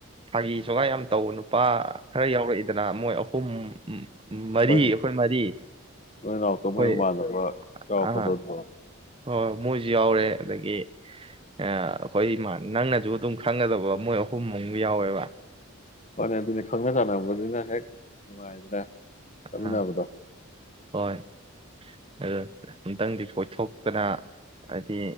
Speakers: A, on the right; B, on the left.
A: ꯐꯥꯒꯤ ꯁꯣꯒꯥꯏ ꯌꯥꯝ ꯇꯧꯕ ꯅꯨꯄꯥ ꯈꯔ ꯌꯥꯎꯔꯛꯏꯗꯅ ꯃꯣꯏ ꯑꯍꯨꯝ ꯃꯔꯤ
B: ꯍꯣꯏ
A: ꯑꯩꯈꯣꯏ ꯃꯔꯤ
B: ꯅꯣꯏ ꯅꯥꯎꯛꯇꯣ
A: ꯑꯩꯈꯣꯏ
B: ꯃꯩ ꯃꯃꯥꯟꯅꯕ ꯆꯥꯎꯔꯛꯄꯗꯣꯠꯇ
A: ꯑꯥ ꯍꯣꯏ ꯃꯣꯏꯁꯨ ꯌꯥꯎꯔꯦ ꯑꯗꯒꯤ <inaudible> ꯑꯩꯈꯣꯏ ꯏꯃ ꯅꯪꯅꯁꯨ ꯑꯗꯨꯝ ꯈꯪꯒꯗꯕ ꯃꯣꯏ ꯑꯍꯨꯝꯃꯨ ꯌꯥꯎꯋꯦꯕ
B: ꯍꯅꯤ ꯑꯗꯨꯅꯤ ꯈꯪꯅ ꯆꯥꯟꯅꯕꯁꯤꯅ ꯍꯦꯛ ꯅꯨꯡꯉꯥꯏꯗ꯭ꯔꯦ ꯀꯃꯤꯅꯕꯗ
A: ꯑꯥ ꯍꯣꯏ ꯑ ꯑꯨꯇꯪꯗꯤ ꯀꯣꯏꯊꯣꯛ ꯅ ꯍꯥꯏꯗꯤ